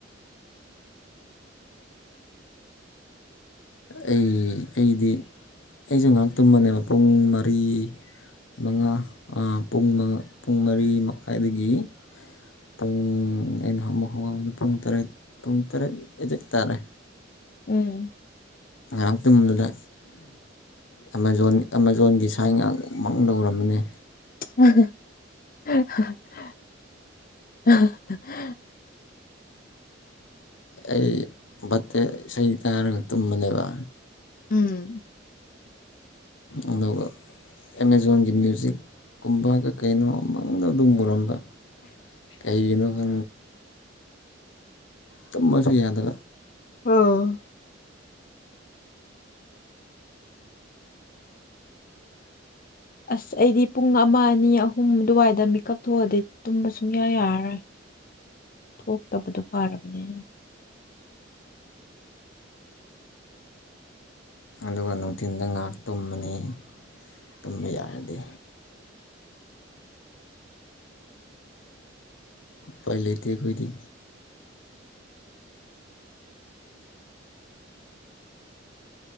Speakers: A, on the left (about 80°); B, on the left (about 50°).
A: ꯑꯩ ꯑꯩꯗꯤ ꯑꯩꯁꯨ ꯉꯥꯏꯍꯥꯛ ꯇꯨꯝꯕꯅꯦꯕ ꯄꯨꯡ ꯃꯔꯤ ꯃꯉꯥ ꯄ ꯄꯨꯡ ꯃꯔꯤ ꯃꯈꯥꯏꯗꯒꯤ ꯄꯨꯡ ꯑꯦꯩꯅꯍ ꯃ ꯍꯣꯡ ꯄꯨꯡ ꯇꯔꯦꯠ ꯄꯨꯡ ꯇꯔꯦꯠ ꯑꯦꯖꯠ ꯇꯥꯦ
B: ꯎꯝ
A: ꯉꯥꯏꯍꯥꯛꯇꯗꯨꯗ ꯑꯦꯃꯥꯖꯣꯟ ꯑꯦꯥꯃꯥꯖꯣꯟꯒꯤ ꯁꯥꯏ ꯉꯍꯥꯛ ꯃꯥꯡꯗ ꯎꯔꯃꯅꯤ
B: <unintelligible>
A: ꯑꯩ ꯕꯥꯔꯗꯦ ꯏꯁꯩ ꯇꯔꯒ ꯇꯨꯝꯕꯅꯦꯕ
B: ꯎꯝ
A: ꯑꯗ ꯑꯦꯃꯦꯥꯖꯣꯟꯒꯤ ꯃ꯭ꯌꯨꯖꯤꯛꯀꯨꯝꯕ ꯀ ꯀꯩꯅꯣ ꯑꯃꯗ ꯑꯗꯨꯝ ꯃꯨꯔꯝꯕ ꯀꯩꯒꯤꯩꯅ ꯐ ꯇꯨꯝꯝꯕꯁꯨ ꯌꯥꯗꯕ
B: ꯑꯥ ꯑꯁ ꯑꯩꯗꯤ ꯄꯨꯡ ꯑꯃ ꯑꯅꯤ ꯑꯍꯨꯝ ꯑꯗꯨꯋꯥꯏꯗ ꯃꯤꯀꯞ ꯊꯣꯛꯑꯗꯤ ꯇꯨꯝꯕ ꯁꯨꯡꯌꯥ ꯌꯥꯔꯔꯣꯏ ꯊꯣꯛꯇꯕꯗꯨ ꯐꯥꯔꯕꯅꯦ <inaudible>
A: ꯑꯗꯨꯒ ꯅꯨꯡꯊꯤꯟꯗ ꯉꯥꯏꯍꯥꯛ ꯇꯨꯝꯃꯅꯤ ꯇꯨꯝꯕ ꯌꯥꯔꯗꯤ ꯄꯥꯏ ꯂꯩꯇꯒꯣꯏꯗꯤ